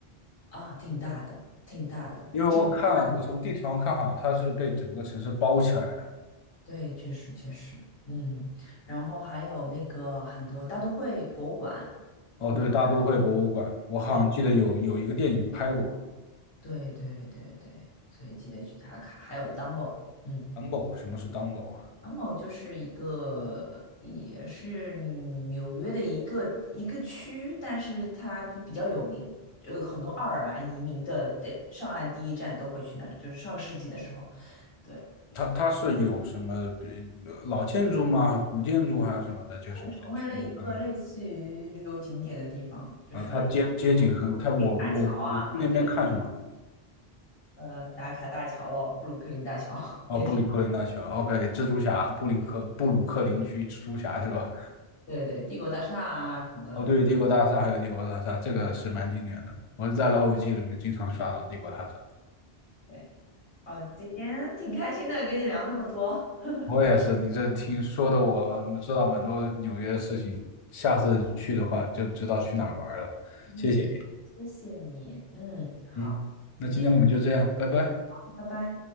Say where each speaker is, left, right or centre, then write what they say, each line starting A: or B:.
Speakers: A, on the left; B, on the left.
A: 啊，挺大的，挺大的。
B: 因为我看我从地图上看，
A: 嗯，
B: 哈，它是被整个城市包起来的。
A: 对，确实确实，嗯，然后还有那个很多大都会博物馆，
B: 哦，
A: 谷歌。
B: 对，大都会博物馆，我好像记得有有一个电影拍过
A: 对。对对对对，所以记得去打卡。还有 Dumbo，嗯
B: ，Dumbo，什么是 Dumbo 啊？
A: ，Dumbo 就是一个也是纽约的一个一个区，但是它都比较有名，有很多爱尔兰移民的的上岸第一站都会去那里，就是上世纪的时候，对，
B: 它它是有什么呃老建筑吗？古建筑还是什么的？就是我得去那边看看。
A: 它又成为了一个类似于旅游景点的地方，就是
B: 啊，它街街景很，
A: 呃布鲁克林大桥啊，
B: 它我我我去那边看什么？
A: 对，呃，打卡大桥咯，布鲁克林大桥 <laughs>
B: 哦，
A: 也挺，
B: 布鲁克林大桥，OK，蜘蛛侠，布林克布鲁克林区蜘蛛侠是吧？
A: 对对，帝国大厦啊什么的。
B: 哦，对，帝国大厦还有帝国大厦，这个是蛮经典的。我是在老友记里面经常刷到帝国大厦。
A: 对。好，今天挺开心的，跟你聊那么多。<laughs>
B: 我也是，你这听说的，我知道蛮多纽约的事情。下次去的话就知道去哪儿玩了。
A: 嗯，
B: 谢谢
A: 谢谢你。嗯，好，
B: 你，嗯，那今天我们就这样，
A: 明天先这样
B: 拜拜。
A: 拜拜。